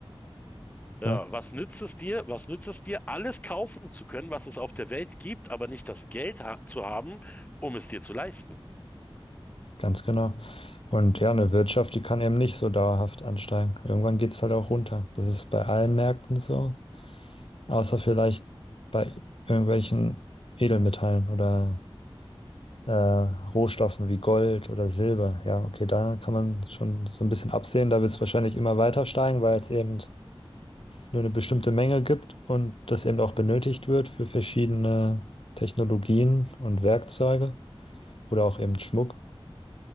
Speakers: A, on the left (about 15°); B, on the left (about 70°).
A: Ja,
B: Ne?
A: was nützt es dir? Was nützt es dir, alles kaufen zu können, was es auf der Welt gibt, aber nicht das Geld ha zu haben, um es dir zu leisten?
B: Ganz genau. Und ja, eine Wirtschaft, die kann eben nicht so dauerhaft ansteigen. Irgendwann geht es halt auch runter. Das ist bei allen Märkten so, außer vielleicht bei irgendwelchen Edelmetallen oder äh, Rohstoffen wie Gold oder Silber. Ja, okay, da kann man schon so ein bisschen absehen. Da wird es wahrscheinlich immer weiter steigen, weil es eben nur eine bestimmte Menge gibt und das eben auch benötigt wird für verschiedene Technologien und Werkzeuge oder auch eben Schmuck.